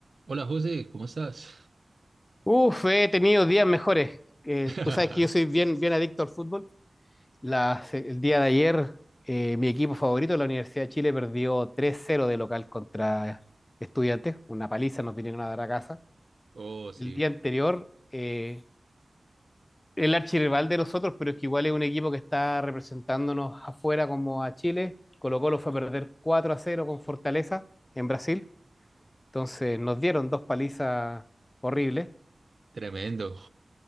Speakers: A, on the right; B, on the left.
A: Hola José, ¿cómo estás?
B: Uf, he tenido días mejores. Eh,
A: <laughs>
B: tú sabes que yo soy bien, bien adicto al fútbol. Las- el día de ayer, eh, mi equipo favorito, la Universidad de Chile, perdió tres cero de local contra Estudiantes. Una paliza nos vinieron a dar a casa.
A: Oh, sí,
B: El día anterior, eh, el archirrival de nosotros, pero es que igual es un equipo que está representándonos afuera como a Chile. Colo-Colo fue a perder cuatro a cero con Fortaleza en Brasil. Entonces nos dieron dos palizas horribles.
A: tremendo.